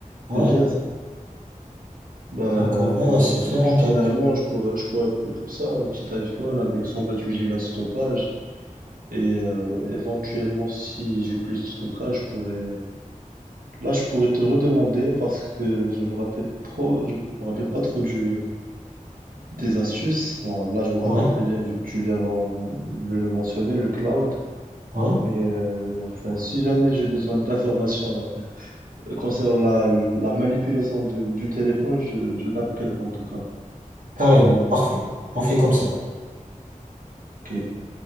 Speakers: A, on the right; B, on the right.
A: Ouais.
B: c'est bien, ça. Bah,
A: Donc,
B: euh,
A: en vrai, ouais, c'est très rentable.
B: finalement, je pourrais, je pourrais opter pour ça. Un petit iPhone avec 128 gigas de stockage. Et euh, éventuellement, si j'ai plus de stockage, je pourrais... euh, Là, je pourrais te redemander parce que je me rappelle trop, je me rappelle pas trop du, Des astuces, bon, là je me rappelle
A: Ouais,
B: très bien vu que tu viens d'en- de le mentionner, le cloud.
A: ouais.
B: Mais euh, enfin, si jamais j'ai besoin d'informations euh, concernant la, la manipulation de- du téléphone, je, je t'appellerai en tout cas.
A: Carrément. Parfait. On fait comme ça.
B: Ok.